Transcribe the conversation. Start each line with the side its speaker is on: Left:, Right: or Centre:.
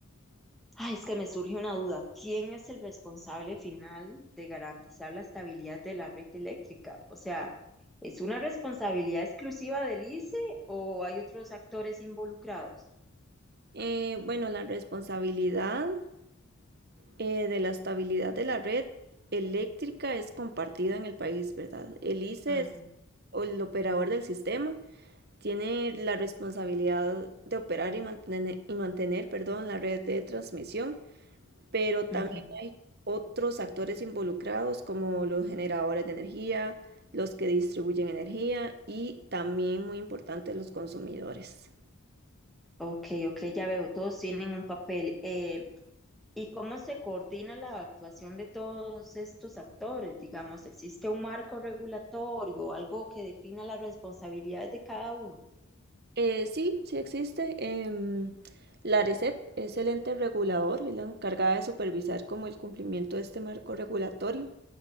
Centre: ay, es que me surge una duda. ¿Quién es el responsable final de garantizar la estabilidad de la red eléctrica? O sea, ¿es una responsabilidad exclusiva del ICE o hay otros actores involucrados?
Right: Eh, bueno, la responsabilidad eh, de la estabilidad de la red eléctrica es compartida en el país, ¿verdad? El ICE
Centre: Ujú,
Right: es o el operador del sistema tiene la responsabilidad de operar y mantener, y mantener, perdón, la red de transmisión, pero también
Centre: ujú.
Right: hay otros actores involucrados como los generadores de energía, los que distribuyen energía y también, muy importante, los consumidores.
Centre: Ok, ok, ya veo, todos tienen un papel. Eh, ¿y cómo se coordina la actuación de todos estos actores? Digamos, ¿existe un marco regulatorio, algo que defina las responsabilidades de cada uno?
Right: Eh, sí, sí existe. Eh, la ARECEP es el ente regulador, es la encargada de supervisar como el cumplimiento de este marco regulatorio.